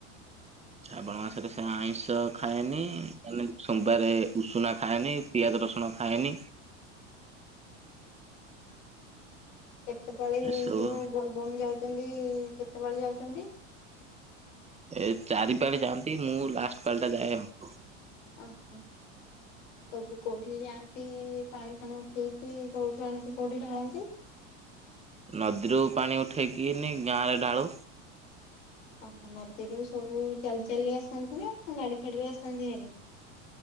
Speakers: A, on the right (about 15°); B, on the left (about 80°).
A: ଶ୍ରାବଣ ମାସରେ ସେ ଆଇଁଷ ଖାଏନି ମାନେ ସୋମବାରେ ଉଷୁନା ଖାଏନି ପିଆଜ ରସୁଣ ଖାଏନି।
B: କେତେବେଳେ
A: ଏସବୁ
B: ଯୋଉ ବୋଲବମ ଯାଉଚନ୍ତି କେତେବେଳେ ଯାଉଚନ୍ତି?
A: ଏ ଚାରି ପାଳି ଯାଆନ୍ତି ମୁଁ ଲାଷ୍ଟ ପାଳିଟା ଯାଏ ଆଉ।
B: ଅହ। ସବୁ କୋଉଠିକି ଯାଆନ୍ତି ପାଣି ଫାଣି ଉଠେଇକି କୋଉଠୁ ଆଣିକି କୋଉଠି ଢାଳନ୍ତି?
A: ନଦୀରୁ ପାଣି ଉଠେଇକି ନେଇ ଗାଁରେ ଢାଳୁ।
B: ଓହୋ ନଦୀରୁ ସବୁ ଚାଲି ଚାଲି ଆସନ୍ତି ନା ଗାଡି ଫାଡିରେ ଆସନ୍ତି ଭାରି?